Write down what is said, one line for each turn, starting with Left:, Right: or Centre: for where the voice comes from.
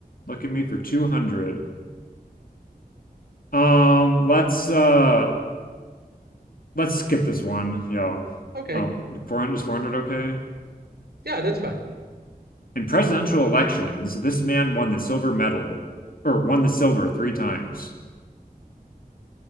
Left: Look at me for 200. Um, let's uh let's skip this one. Yeah.
Right: Okay,
Left: Um, 400 is 400 okay?
Right: yeah, that's fine.
Left: In presidential elections, this man won the silver medal or won the silver three times.